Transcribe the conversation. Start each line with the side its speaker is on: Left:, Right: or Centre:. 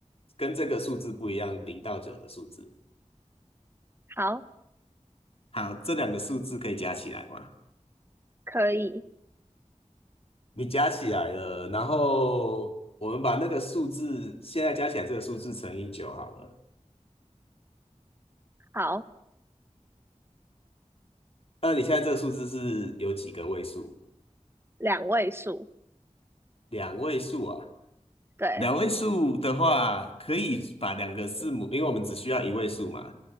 Left: 跟这个数字不一样，零到九的数字。
Right: 好，
Left: 好，这两个数字可以加起来吗？
Right: 可以，
Left: 你加起来了，然后我们把那个数字现在加起来这个数字乘以九好了。
Right: 好，
Left: 那你现在这个数字是有几个位数？
Right: 两位数，
Left: 两位数啊。
Right: 对，
Left: 两位数的话，可以把两个字母，因为我们只需要一位数嘛，